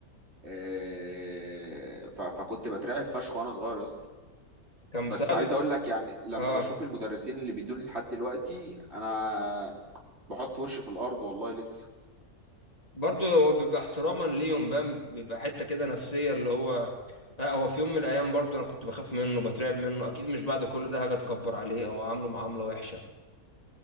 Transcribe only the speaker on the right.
آه، ف- فكنت بترعب فشخ وانا صغير يا اسطى
بس
عايز اقول لك يعني لما
بشوف المدرسين اللي بيدوني لحد دلوقتي انا بحط وشي في الارض والله لسه